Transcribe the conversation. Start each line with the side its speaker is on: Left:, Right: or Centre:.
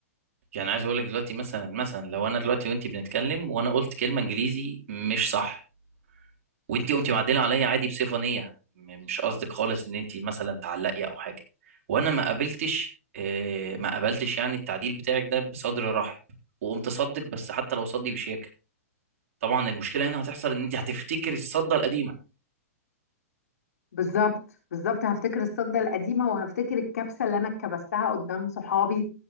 Right: يعني عايز اقول لك دلوقتي مثلا مثلا لو انا دلوقتي وانت بنتكلم وانا قلت كلمة انجليزي مش صح وانتي قمتي معدله عليا عادي بصفه نيه م- مش قصدك خالص ان انتي مثلا تعلقي او حاجه وانا ما قابلتش آه، ما قابلتش يعني التعديل بتاعك ده بصدر رحب وقمت صدك بس حتى لو صدي بشياكه طبعا المشكله هنا هتحصل ان انتي هتفتكري الصده القديمه
Left: بالظبط بالظبط هفتكر الصدة القديمة وهفتكر الكبسة اللي أنا اتكبستها قدام صحابي